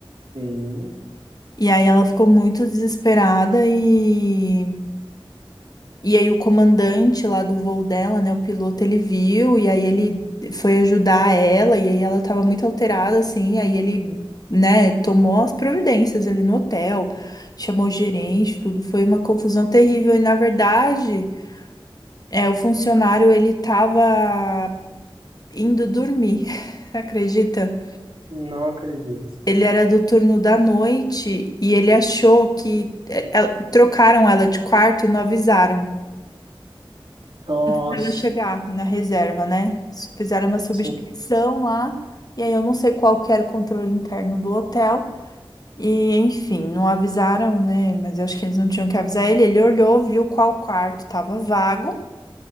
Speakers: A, on the right; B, on the left.
A: Sim.
B: E aí ela ficou muito desesperada e E aí o comandante lá do voo dela, né, o piloto, ele viu e aí ele foi ajudar ela e aí ela tava muito alterada assim, aí ele, né, tomou as providências ali no hotel, chamou o gerente, tudo foi uma confusão terrível e na verdade, é, o funcionário ele tava indo dormir. <laughs> Acredita?
A: Não acredito.
B: Ele era do turno da noite e ele achou que é, ela- trocaram ela de quarto e não avisaram.
A: Nossa.
B: precisa chegar na reserva, né? S- Fizeram uma substituição
A: Sim,
B: lá, e aí eu não sei qual que era o controle interno do hotel. E, enfim, não avisaram, né? Mas eu acho que eles não tinham que avisar ele. Ele olhou, viu qual quarto estava vago.